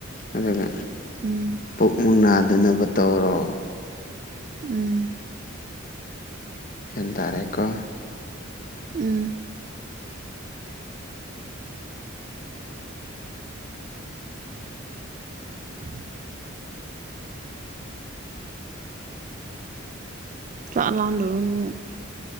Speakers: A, on the left; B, on the right.
A: ꯑꯗꯨꯒ
B: ꯎꯝ
A: ꯄꯨꯛ ꯃꯨꯛ ꯅꯥꯗꯅꯕ ꯇꯧꯔꯣ
B: ꯎꯝ꯫
A: ꯌꯥꯟ ꯇꯥꯔꯦꯀꯣ꯫
B: ꯎꯝ꯫ <inaudible> ꯆꯥꯛ ꯂꯥꯝꯗ꯭ꯔꯣꯅꯨ꯫